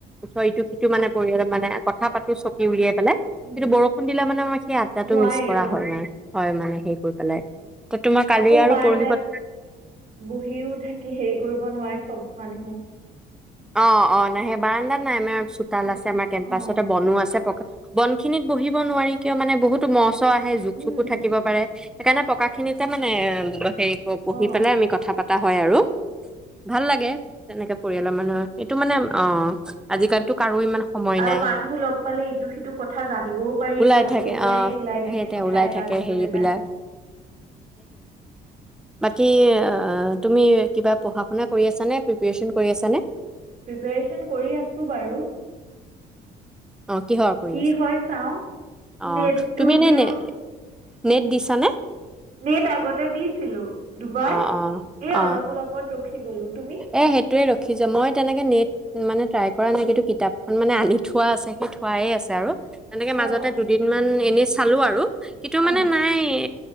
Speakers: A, in the centre; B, on the right.
A: উ', ইটো-সিটো মানে পৰিয়াল মানে কথা পাতো চকি উলিয়াই
B: উম
A: কি বৰ দিলে মানে সেই আদদাটো
B: নোৱাৰি
A: মিছ কৰা
B: অ
A: হয় নাই। হয় মানে হে কৰি পেলাই ত তোমাৰ কালি
B: আকৌ
A: আৰু
B: বাৰানডাত
A: পৰহি পত
B: বহিও থাকি। সেই কৰিব নোৱাৰি চব মানুহ
A: অ-অ নাই সেই বাৰানদাত নাই, আমাৰ চোতাল আছে আমাৰ কেম্পাছতে
B: অ
A: বনো আছে। বনখিনিত বহিব নোৱাৰি কিয় মানে বহুতো মস আহে জুক-চুকো
B: উম
A: থাকিব
B: উম
A: পাৰে। সেইকাৰণে পকা খিনি যে মানে সেই কৰো
B: অ
A: বহি পেলাই আমি কথা, পা টা হয় আৰু ভাল লাগে। তেনেকে পৰিয়ালৰ মা সেইটো মানে অ', অ', আজি কালিতো কাৰো ইমান সময়
B: আৰু
A: নাই
B: মানুহ লগ পালে ইটো-সিটো কথা জানিবও পাৰি
A: ওলাই
B: পাতিবও
A: থাকে
B: পাৰি
A: অ
B: ওলাই থাকে
A: সেইতে
B: কথা
A: ওলাই
B: এটাৰ
A: থাকে
B: পিছত
A: হেৰিবিলাক
B: এটা।
A: কি তুমি কিবা পঢ়া শুনা কৰি আছানে? প্ৰিপেৰেচন কৰি আছানে?
B: প্ৰিপৰেশন কৰি আছো বাৰু
A: অ কিহৰ কৰি
B: কি
A: আছা
B: হয় চাও
A: আহ
B: নেটটো
A: তুমি এনে
B: দিও
A: নে নেট দিছানে
B: নেট আগতে দিছিলো দুবাৰ
A: অ অ
B: এই
A: অ
B: অলপ অলপত ৰখি গলো তুমি
A: এ সেইটোৱে ৰখি যাই মই তেনেকে নিট মানে ট্ৰাই কৰা নাই কিন্তু কিতাপখন মানে আনি থো থোৱা আছে সেই থোৱাই আছে আৰু তেনেকে
B: অ
A: মাজতে দুদিনমান এনেই চালোঁ আৰু কিন্তু
B: অ
A: মানে নাই এ